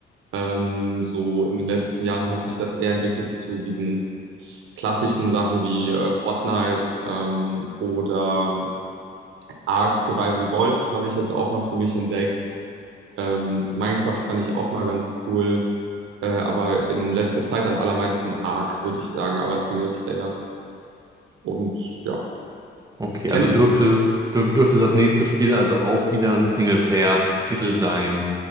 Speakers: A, on the right; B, on the right.
A: Ähm, so in den letzten Jahren hat sich das eher entwickelt zu diesen klassischen Sachen wie äh, Fortnite ähm, oder Ark Survival Evolved habe ich jetzt auch mal für mich entdeckt. Ähm, Minecraft fand ich auch mal ganz cool, äh, aber in letzter Zeit am allermeisten Ark, würde ich sagen, aber Singleplayer. Und ja,
B: Okay,
A: kennst
B: also dürfte,
A: du mich
B: dürf, dürfte das nächste Spiel also auch wieder ein Singleplayer-Titel sein,